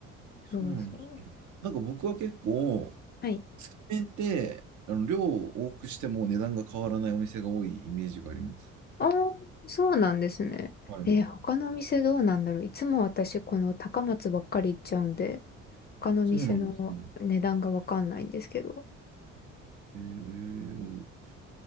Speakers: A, on the right; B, on the left.
A: そうなんですね。
B: そうそう。
A: なんか僕は結構、
B: はい。
A: つけ麺って、あの、量を多くしても値段が変わらないお店が多いイメージがあります。
B: ああ、そうなんですね。
A: はい。
B: えー他のお店どうなんだろう。いつも私この高松ばっかり行っちゃうんで、他のお店の値段がわかんないんですけど。
A: そうなんですね。えー、えー